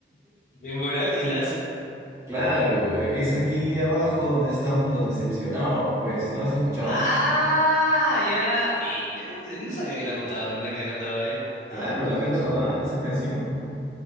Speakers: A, on the left; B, on the right.
A: Demoras y las.
B: Claro, e- es aquí abajo donde estamos los decepcionados, pues. ¿No has escuchado?
A: Ah, ya. Ve, Yo no, no sabía que la contaba, la que la cantaba él. Ah,
B: Claro,
A: mira
B: la canta
A: que.
B: dan esa canción.